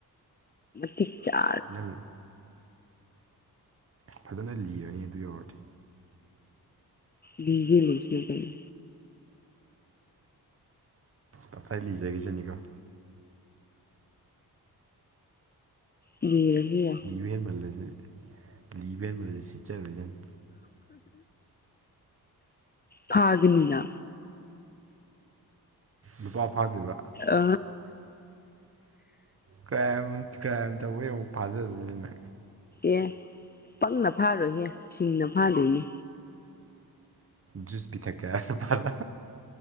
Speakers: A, on the left; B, on the right.
A: ꯊꯤ ꯆꯥ
B: ꯅꯪ ꯐꯖꯅ ꯂꯤꯔꯅꯤ ꯑꯗꯨ ꯌꯧꯔꯗꯤ
A: ꯒꯦ ꯂꯩꯣꯏꯁꯤ ꯀꯩꯅ
B: ꯀꯈꯥꯏ ꯂꯤꯖꯈꯤꯁꯤꯅꯤꯀꯣ
A: ꯂꯤꯔꯁꯨ ꯌꯥꯢ
B: ꯂꯤꯕ ꯍꯦꯟꯃꯜꯂꯁꯨ ꯂꯤꯕ ꯍꯦꯟꯃꯜꯂꯁꯨ ꯁꯤꯠꯆ ꯔꯣꯢꯖꯅꯤ
A: ꯐꯥꯒꯅꯤꯅ
B: ꯅꯨꯄꯥ ꯐꯗ꯭ꯣꯏꯔꯤꯕ
A: ꯑ
B: ꯀ꯭ꯔꯥꯏꯝ ꯀ꯭ꯔꯥꯏꯝ ꯇꯧꯕꯩ ꯑꯃꯨꯛ ꯐꯥꯖꯕꯅꯤꯅ
A: ꯑꯦ ꯄꯪꯅ ꯐꯥꯔꯣꯏꯍꯦ ꯁꯤꯡꯅ ꯐꯥꯗꯣꯏꯅꯤ
B: ꯖꯨꯁ ꯄꯤꯊꯛꯒꯦ ꯍꯥꯢꯔ ꯅꯨꯄꯥꯗ